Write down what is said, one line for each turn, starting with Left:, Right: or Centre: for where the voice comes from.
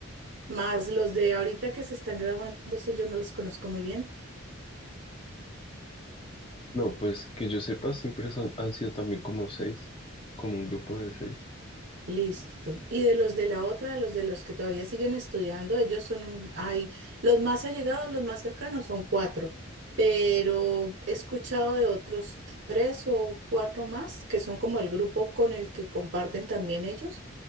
Right: Más los de ahorita que se están graduando, eso yo no los conozco muy bien.
Left: No, pues que yo sepa, siempre son, han sido también como seis, como un grupo de seis.
Right: Listo. Y de los de la otra, de los de los que todavía siguen estudiando, ellos son un, hay, los más allegados, los más cercanos son cuatro, pero he escuchado de otros tres o cuatro más que son como el grupo con el que comparten también ellos.